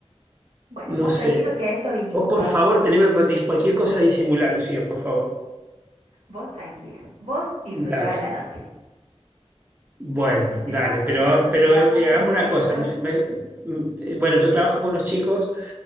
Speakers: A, on the right; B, on the right.
A: Bueno,
B: No
A: vos
B: sé.
A: tranquilo que a eso vinimos,
B: Vos, por
A: Pablo.
B: favor, teneme pa- di- cualquier cosa a disimular, Lucía, por favor.
A: Vos tranquilo. Vos disfrutá
B: Dale,
A: de la noche.
B: bueno,
A: Bueno, me
B: dale,
A: estabas contando
B: pero, pero
A: que trabajas
B: eh,
A: con,
B: hagamos una
A: con
B: cosa.
A: esto.
B: me- me- mm, bueno, yo trabajo con los chicos,